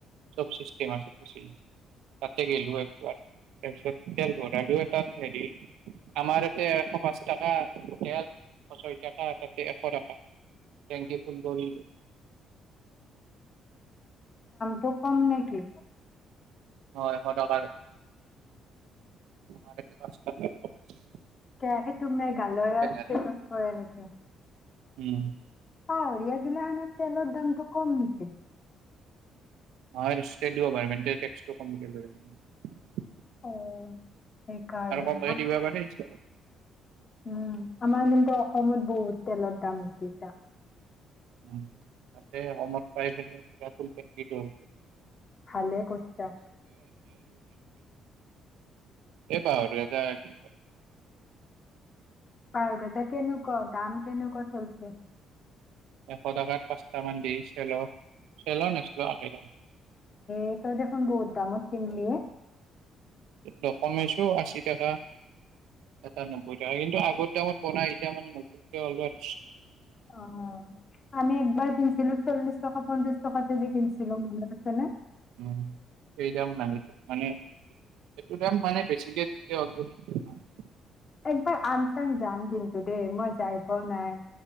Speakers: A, on the right; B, on the left.
A: চব মচ তাতে গলো একবাৰ তাৰপিছত তেল ভৰালোৱে তাত হেৰি আমাৰ এতে এশ পাঁচ টকা তেল ছয় টাকা এ তাতে এশ টাকা থেংকিউ ফোন কৰিলোঁ
B: দুপাম মানে নেকি
A: হয় এশ টকাৰ আমাৰ ইয়াতে পাঁচ টকা এশ পাঁচ
B: সেইটো তুমি গালৰ
A: মেঘালয়
B: <inaudible> কৰে নেকি
A: উম
B: অ ৰীযাতগিলা সানো তেলৰ দামটো কম নেকি
A: হয় ৰিষ্টকেপ দিব পাৰি মেইনতেইন টেকচতো কম কে লয়
B: অ সেইকাৰণে
A: আৰু কোনো
B: আম
A: দিব পাৰি ইচ্ছা কৰিলে
B: উম আমাৰ ই অসমত বহুত তেলৰ দাম হৈছে এতিয়া
A: উম তাতে কমত পাই পেলাই যাৰ কনটেক যিটো
B: ভালে কৈছা
A: এই পাহি
B: পাৰগজা কেনেকুৱা দাম কেনেকুৱা চলিছে।
A: এশ টকাত পাঁচটামান দি চেলৰ চেলৰ নেচেলৰ আই
B: এটো দেখোন বহুত দামত কিনলি হে
A: ডকুমেছো আশী টকা এটা নব্বৈ টকা কিন্তু আগতে আত পাই এতিয়া মানে নতুনকে অলপ
B: অ আমি একবাৰ কিনিছিলো চল্লিশ টকা পঞ্চাচ টকাত এযোৰ কিনিছিলো মনত আছে নে।
A: উম সেই দাম নাই এতিয়া মানে সেইটো দাম মানে বেছিকে যেতিয়া অলৰেডী ধৰিব পৰা নাই।
B: একবাৰ আমচাং যাম। কিন্তু দেই মই যাই পোৱা নাই।